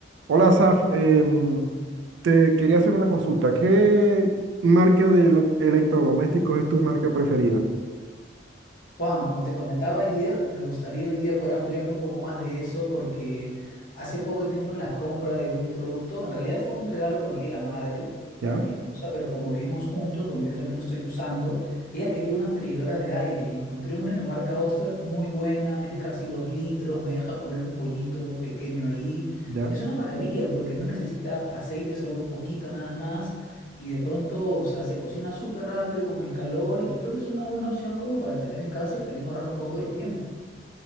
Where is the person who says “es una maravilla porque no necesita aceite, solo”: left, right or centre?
Left